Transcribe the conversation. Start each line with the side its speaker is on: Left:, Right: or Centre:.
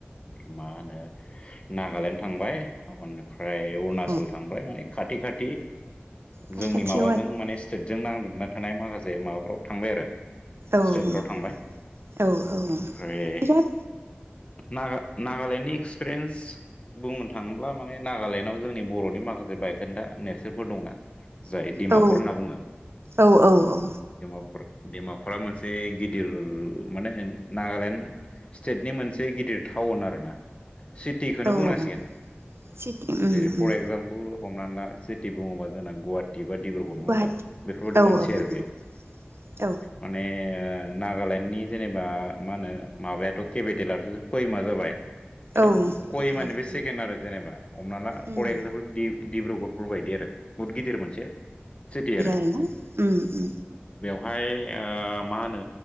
Left: मा होनो नागालेण्ड थांबाय निफ्राय अरुणाचल
Right: औ
Left: थांबाय माने खाथि खाथि
Right: खाथि
Left: जोंनि
Right: खाथियाव
Left: माबाजों
Right: आरो
Left: माने जों नांजाबना थानाय माखासे माबाफ्राव थांबाय आरो
Right: औ
Left: स्टेटफ्राव थांबाय
Right: औ औ
Left: ओमफ्राय
Right: बिराद
Left: नागा नागालेण्डनि एक्सपिरियेन्स बुंनो थांङोब्ला माने नागालेण्डआव जोंनि बर'नि माखासे बायखोन्दा नेरसोनफोर दंना जाय डिमापुर
Right: औ
Left: होनना बुंङो
Right: औ औ औ
Left: डिमापुरा मोनसे गिदिर माने नागालेण्ड स्टेटनि मोनसे गिद गिदिर टाउन आरो ना सिटिखौनो
Right: औ
Left: बुंनांसिगोन
Right: सिटि उम
Left: जेरै फर
Right: उम
Left: एक्जामपोल हमनानै ला सिटि बुङोबा जोंना गुवाहाटि एबा डिब्रुगड नङा
Right: गुवाहाटि
Left: होमबा बेफोरबायदि
Right: औ
Left: मोनसे
Right: औ नंगौ
Left: आरो बे
Right: औ
Left: माने नागालेण्डनि जेनेबा मा होनो माबायाथ' केपिटेलाथ' खैमा जाबाय खिन्थु
Right: औ केपिटेलाबो
Left: करिमानिफ्राय सेकेण्ड आरो जेनेबा हमना ला
Right: उम
Left: फर एक्जामपोल दि डिब्रुगड़ फोरबायदि आरो बहुद गिदिर मोनसे सिटि आरो
Right: नंगौ उ उ
Left: ओमफ्राय ओ मा होनो